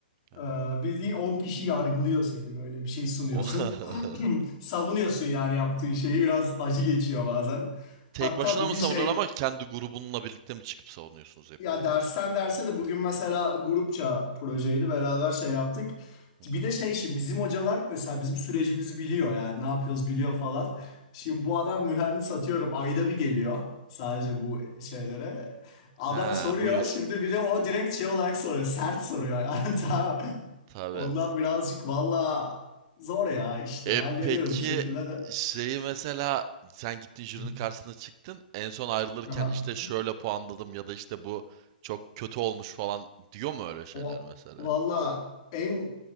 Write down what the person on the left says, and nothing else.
Ee, bildiğin 10 kişi yargılıyor seni böyle bir şey sunuyorsun.
Savunuyorsun yani yaptığın şeyi biraz acı geçiyor bazen.
Hatta
bugün
şey
Ya
dersten derse de bugün mesela grupça projeydi beraber şey yaptık.
Bir de şey şimdi bizim hocalar mesela bizim sürecimizi biliyor yani ne yapıyoruz biliyor falan. Şimdi
bu adam mühendis atıyorum ayda bir geliyor sadece
bu şeylere. Adam
soruyor
şimdi bir de o direkt şey olarak soruyor sert soruyor yani <laughs> tamam.
Ondan birazcık valla zor ya işte
hallediyoruz
bir şekilde de.
Hı.
Aha.
Va-
Valla en